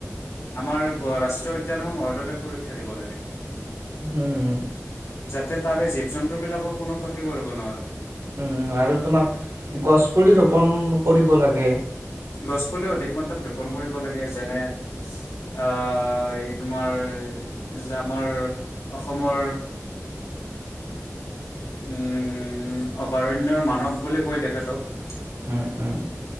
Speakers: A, on the left; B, on the right.
A: আমাৰ ৰাষ্ট্ৰীয় উদ্যানসমূহৰ দৰে সুৰক্ষা দিব লাগে।
B: হম।
A: যাতে তাৰে জীৱ জন্তুবিলাকো কোনো ক্ষতি কৰিব নোৱাৰে।
B: উম, আৰু তোমাৰ গছপুলি ৰোপন কৰিব লাগে
A: গছ পুলি অধিক মাত্ৰাত ৰোপন কৰিব লাগে। যেনে, অ। এই তোমাৰ যে আমাৰ অসমৰ, উম, অভয়াৰণ্যৰ মানৱ বুলি কৈ তেখেতক।
B: উম, উম।